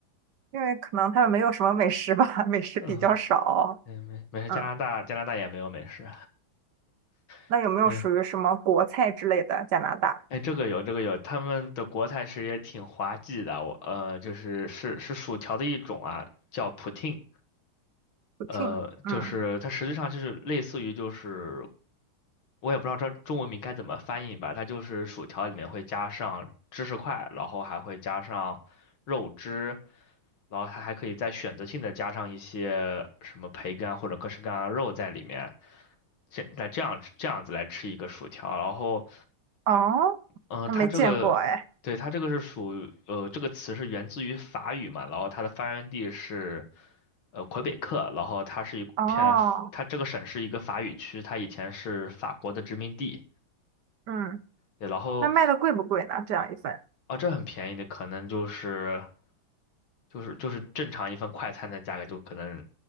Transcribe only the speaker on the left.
嗯，对，没没事，
加拿大加拿大也没有美食。
<laughs> 对
哎，这个有，这个有，他们的国菜其实也挺滑稽的。我呃，就是是是薯条的一种啊，叫 poutine。
呃，
就是它实际上就是类似于就是，我也不知道这中文名该怎么翻译吧。它就是薯条里面会加上芝士块，然后还会加上肉汁，然后它还可以再选择性的加上一些什么培根啊或者各式各样的肉在里面。这来这样这样子来吃一个薯条，然后。
嗯，
它这个，对，它这个是属于，呃，这个词是源自于法语嘛，然后它的发源地是，呃，魁北克，然后它是一片，
它这个省是一个法语区，它以前是法国的殖民地，
对，然后，
啊，这很便宜的，可能就是，就是就是正常一份快餐的价格，就可能